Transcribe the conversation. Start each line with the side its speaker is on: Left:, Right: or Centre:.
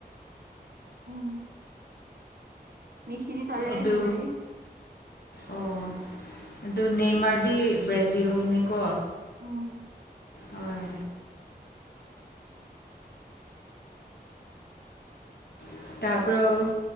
Right: ꯎꯝ ꯅꯤꯁꯤꯤꯗꯤ ꯇꯂ
Left: ꯑꯗꯨ
Right: ꯍ ꯌꯥꯗꯤ
Left: ꯑꯣ ꯑꯗꯨ ꯅꯦꯃꯥꯔꯗꯤ ꯕ꯭ꯔꯥꯖꯤꯜꯅꯤꯀꯣ
Right: ꯎꯝ
Left: ꯍꯣꯏ ꯏꯁꯇꯥꯕ꯭ꯔꯣ